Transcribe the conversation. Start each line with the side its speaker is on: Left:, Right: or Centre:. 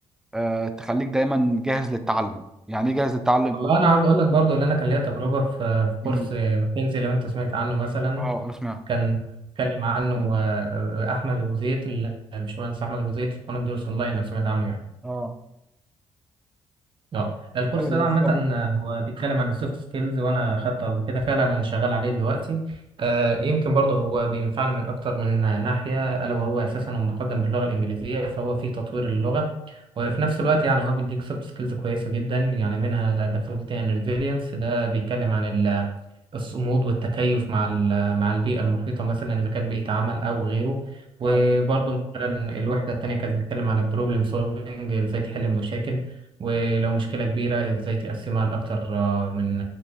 Centre: أه... تخليك دايما جاهز للتعلم يعني ايه جاهز للتعلم
Right: والله أنا عاوز أقول لك برضو اللي أنا كان ليا تجربة في في كورس
Centre: امم
Right: ماكنزي لو أنت سمعت عنه مثلا
Centre: اه اسمع
Right: كان اتكلم عنه آه، آه، أحمد أبو زيد ال- الباشمهندس أحمد أبو زيد في قناة دروس أونلاين لو سمعت عنه يعني
Centre: اه
Right: اه الكورس
Centre: ايوه
Right: ده عامة
Centre: بالظبط
Right: آه، هو بيتكلم عن السوفت سكيلز وانا خدته قبل كده فعلا انا شغال عليه دلوقتي آه يمكن برضه هو بينفعني من اكتر من ناحية الا وهو اساسا مقدم باللغة الانجليزية فهو في تطوير اللغة وفي نفس الوقت يعني هو بيديك سوفت سكيلز كويسة جدا يعني منها الادابتability and resilience ده بيتكلم عن ال- الصمود والتكيف مع ال- مع البيئة المحيطة مثلا اذا كانت بيئة عمل او غيره وبرضه
Centre: لا
Right: مثلا الوحدة التانية كانت بتتكلم عن البروبلم سولفنج ازاي تحل المشاكل ولو مشكلة كبيرة ازاي تقسمها لأكتر آه، من